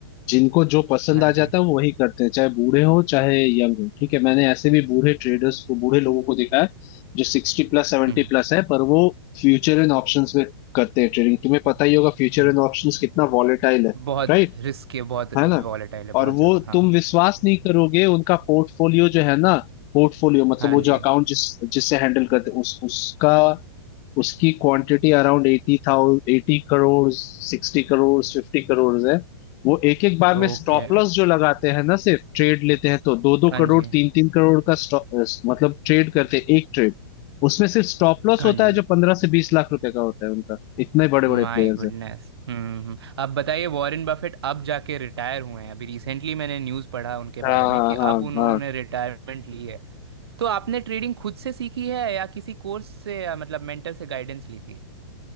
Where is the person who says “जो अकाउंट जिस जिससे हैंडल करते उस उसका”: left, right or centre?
Left